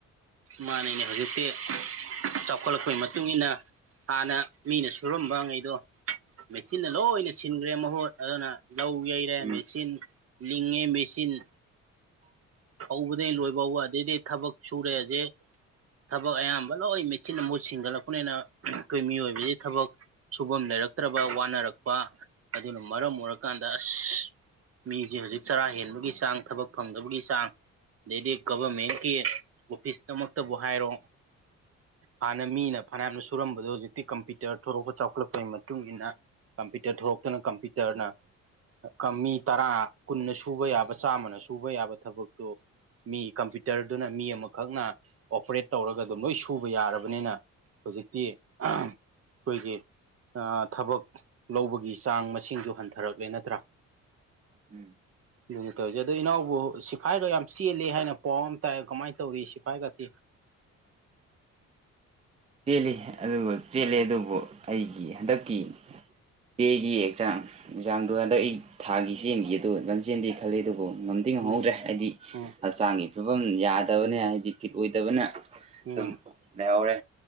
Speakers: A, on the right; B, on the right.
A: ꯃꯥꯅꯅꯦ ꯍꯧꯖꯤꯛꯁꯦ ꯆꯥꯎꯈꯠꯂꯛꯄꯒꯤ ꯃꯇꯨꯡ ꯏꯟꯅ ꯃꯇꯨꯡꯏꯟꯅ ꯍꯥꯟꯅ ꯃꯤꯅ ꯁꯨꯔꯝꯕ ꯉꯩꯗꯣ ꯃꯦꯆꯤꯟꯅ ꯂꯣꯏꯅ ꯁꯤꯟꯈ꯭ꯔꯦ ꯃꯍꯣꯔꯠ ꯑꯗꯨꯅ ꯂꯧ ꯌꯩꯔꯦ
B: ꯎꯝ
A: ꯃꯦꯆꯤꯟ ꯂꯤꯡꯉꯦ ꯃꯦꯆꯤꯟ ꯍꯧꯕꯗꯒꯤꯩ ꯂꯣꯏꯕ ꯋꯥꯗꯩꯗꯤ ꯊꯕꯛ ꯁꯨꯔꯦꯁꯦ ꯊꯕꯛ ꯑꯌꯥꯝꯕ ꯂꯣꯏ ꯃꯦꯆꯤꯤꯟ ꯃꯨꯠ ꯁꯤꯁꯤꯡꯒꯠꯂꯛꯄꯅꯤꯅ ꯑꯩꯈꯣꯏ ꯃꯤꯑꯣꯏꯕꯕꯁꯤ ꯊꯕꯛ ꯁꯨꯐꯝ ꯂꯩꯔꯛ ꯐꯠꯇ꯭ꯔꯕ ꯋꯥꯅꯔꯛꯄ ꯑꯗꯨꯅ ꯃꯔꯝ ꯑꯣꯏꯔꯀꯥꯟꯗ ꯑꯁ ꯃꯤꯁꯦ ꯍꯧꯖꯤꯛ ꯆꯔꯥ ꯍꯦꯟꯕꯒꯤ ꯆꯥꯡ ꯊꯕꯛ ꯐꯪꯗꯕꯒꯤ ꯆꯥꯡ ꯑꯗꯩꯗꯤ ꯒꯚꯔꯃꯦꯟꯀꯤ ꯑꯣꯐꯤꯁꯇꯃꯛꯇꯕꯨ ꯍꯥꯏꯔꯣ ꯍꯥꯟꯅ ꯃꯤꯅ ꯐꯅꯌꯥꯝꯅ ꯁꯨꯔꯝꯕꯗꯣ ꯍꯧꯖꯤꯛꯇꯤ ꯀꯝꯄ꯭ꯌꯨꯇꯔ ꯊꯂꯛꯄ ꯆꯥꯎꯈꯠꯂꯛꯄꯩ ꯃꯇꯨꯡ ꯏꯟꯅ ꯀꯝꯄ꯭ꯌꯨꯇꯔ ꯊꯣꯛꯂꯇꯅ ꯀꯝꯄ꯭ꯌꯨꯇꯔꯅ ꯃꯤ ꯇꯔꯥ ꯀꯨꯟꯅ ꯁꯨꯕ ꯌꯥꯕ ꯆꯥꯝꯃꯅ ꯁꯨꯕ ꯌꯥꯕ ꯊꯕꯛꯇꯣ ꯃꯤ ꯀꯝꯄ꯭ꯌꯨꯇꯔꯗꯨꯅ ꯃꯤ ꯑꯃꯈꯛꯅ ꯑꯣꯄꯔꯦꯠ ꯇꯧꯔꯒ ꯑꯗꯨꯝ ꯂꯣꯏ ꯁꯨꯕ ꯌꯥꯔꯕꯅꯤꯅ ꯍꯧꯖꯤꯛꯇꯤ ꯑꯩꯈꯣꯏꯒꯤ ꯊꯕꯛ ꯂꯧꯕꯒꯤ ꯆꯥꯡ ꯃꯁꯤꯡꯗꯨ ꯍꯟꯊꯔꯛꯂꯦ ꯅꯠꯇ꯭ꯔꯥ
B: ꯎꯝ
A: ꯑꯗꯨ ꯀꯩꯖ ꯏꯅꯥꯎꯕꯨ ꯁꯤꯐꯥꯏꯒ ꯌꯥꯝ ꯆꯦꯜꯂꯦ ꯍꯥꯏꯅ ꯄꯥꯎ ꯑꯃ ꯇꯥꯏ ꯀꯃꯥꯏꯅ ꯇꯧꯔꯤ ꯁꯤꯐꯥꯏꯒꯗꯤꯤ
B: ꯆꯦꯜꯂꯤ ꯑꯗꯨꯒ ꯆꯦꯜꯂꯤ ꯑꯗꯨ ꯑꯩꯒꯤ ꯍꯟꯗꯛꯀꯤ ꯄꯦꯒꯤ ꯑꯦꯛꯖꯥꯝ ꯑꯦꯛꯖꯥꯝꯗꯣ ꯍꯟꯗꯛ ꯑꯩ ꯊꯥꯒꯤ ꯆꯦꯟꯒꯤ ꯑꯗꯨꯖ ꯍ ꯆꯦꯟꯗꯤꯦ ꯈꯜꯂꯤ ꯑꯗꯨꯕꯨ ꯉꯝꯗꯤ ꯉꯝꯍꯧꯗ꯭ꯔꯦ
A: ꯎꯝ
B: ꯍꯥꯏꯗꯤ
A: ꯎꯝ
B: ꯍꯛꯆꯥꯡꯒꯤ ꯐꯤꯕꯝ ꯌꯥꯗꯕꯅꯦ
A: ꯎꯝ
B: ꯍꯥꯏꯗꯤ ꯐꯤꯠ ꯑꯣꯏꯗꯕ ꯑꯗꯨꯅ
A: ꯎꯝ
B: ꯑꯗꯨꯝ ꯂꯩꯍꯧꯔꯦ